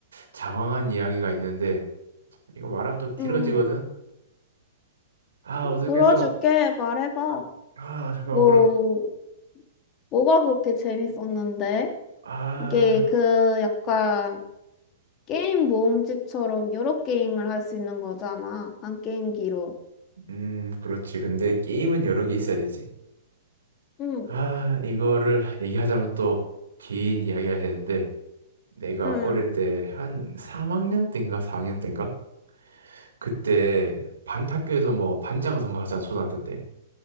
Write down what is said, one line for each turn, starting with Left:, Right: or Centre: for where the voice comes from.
Right: 장황한 이야기가 있는데, 이거 말하면 또 길어지거든?
Left: 응,
Right: 아, 어떻게
Left: 들어줄게,
Right: 좀,
Left: 말해봐.
Right: 아, 잠깐만,
Left: 뭐,
Right: 그럼,
Left: 뭐가 그렇게 재밌었는데?
Right: 아,
Left: 이게 그 약간 게임 모음집처럼 여러 게임을 할 수 있는 거잖아. 한 게임기로.
Right: 음, 그렇지. 근데 게임은 여러 개 있어야 되지.
Left: 응,
Right: 아, 이거를 얘기하자면 또 긴 이야기가 되는데, 내가
Left: 응.
Right: 어릴 때 한 3학년 때인가 4학년 때인가? 그때 반 학교에서 뭐 반장 선거 하잖아, 초등학교 때.